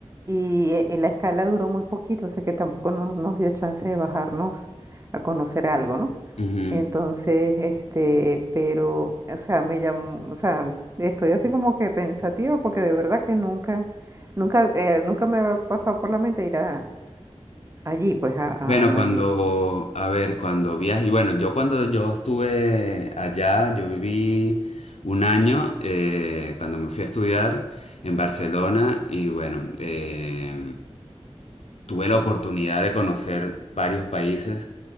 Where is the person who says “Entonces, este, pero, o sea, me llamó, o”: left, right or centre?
Right